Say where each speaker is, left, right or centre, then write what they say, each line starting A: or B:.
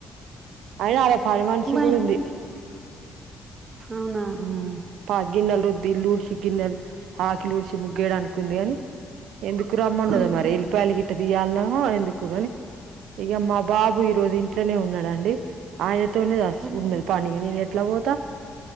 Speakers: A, on the right; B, on the right.
A: అయినా అడ పని మనిషి
B: భయం
A: కుడా ఉంది
B: అవునా
A: మ్ పా గిన్నెల రుద్ది ఇల్లు ఉడిచి గిన్నెలు ఆకిలు ఉడిచి ముగ్గేయ్యడానికి ఉంది గని ఎందుకు రమ్మన్నదో
B: ఉమ్
A: మరి వెల్లిపాయలు గిట్ట తియ్యాల్నో ఎందుకొ గని ఇగ మా బాబు ఈ రోజు ఇంట్లనే ఉన్నాడు అండి ఆయనతోనే
B: ఉమ్
A: ఉన్నాది పని ఇగ నేను ఎట్లా పోతా